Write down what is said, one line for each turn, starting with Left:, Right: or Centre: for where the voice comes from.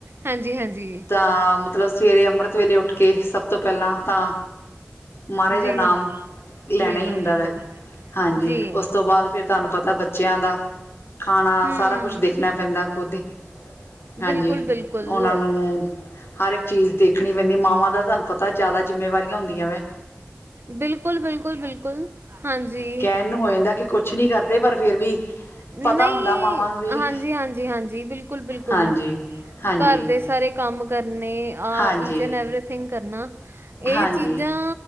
Right: ਹਾਂਜੀ- ਹਾਂਜੀ।
Left: ਤਾਂ ਮਤਲਬ ਸਵੇਰੇ ਅੰਮ੍ਰਿਤ ਵੇਲੇ ਉੱਠ ਕੇ ਸਭ ਤੋਂ ਪਹਿਲਾਂ ਤਾਂ ਮਹਾਰਾਜ
Right: ਜੀ
Left: ਦਾ ਨਾਮ ਲੈਣਾ
Right: ਬਿਲਕੁਲ
Left: ਹੀ ਹੁੰਦਾ
Right: ਬਿਲਕੁਲ
Left: ਵੈ ਹਾਂਜੀ
Right: ਜੀ
Left: ਉਸ ਤੋਂ ਬਾਅਦ ਫਿਰ ਤੁਹਾਨੂੰ ਪਤਾ ਬੱਚਿਆਂ ਦਾ ਖਾਣਾ
Right: ਹੂੰ
Left: ਸਾਰਾ ਕੁਛ ਦੇਖਣਾ ਪੈਂਦਾ ਖੁਦ ਹੀ
Right: ਬਿਲਕੁਲ-ਬਿਲਕੁਲ।
Left: ਹਾਂਜੀ ਉਹਨਾਂ ਨੂੰ ਹਰ ਇੱਕ ਚੀਜ਼ ਦੇਖਣੀ ਪੈਂਦੀ ਮਾਵਾਂ ਦਾ ਤੁਹਾਨੂੰ ਪਤਾ ਜ਼ਿਆਦਾ ਜ਼ਿੰਮੇਵਾਰੀਆਂ ਹੁੰਦੀਆਂ ਵੇ
Right: ਬਿਲਕੁਲ ਬਿਲਕੁਲ ਬਿਲਕੁਲ ਹਾਂਜੀ
Left: ਕਹਿਣ ਨੂੰ ਹੋ ਜਾਂਦਾ ਕਿ ਕੁਛ ਨਹੀਂ ਕਰਦੇ ਪਰ ਫਿਰ ਵੀ
Right: ਨਹੀਂ
Left: ਪਤਾ ਹੁੰਦਾ ਮਾਵਾਂ ਨੂੰ ਵੀ
Right: ਹਾਂਜੀ ਹਾਂਜੀ ਹਾਂਜੀ ਬਿਲਕੁਲ ਬਿਲਕੁਲ
Left: ਹਾਂਜੀ ਹਾਂਜੀ
Right: ਘਰ ਦੇ ਸਾਰੇ ਕੰਮ ਕਰਨੇ ਆ
Left: ਹਾਂਜੀ
Right: ਈਚ ਐਂਡ ਐਵਰੀਥਿੰਗ ਕਰਨਾ ਇਹ
Left: ਹਾਂਜੀ
Right: ਚੀਜ਼ਾਂ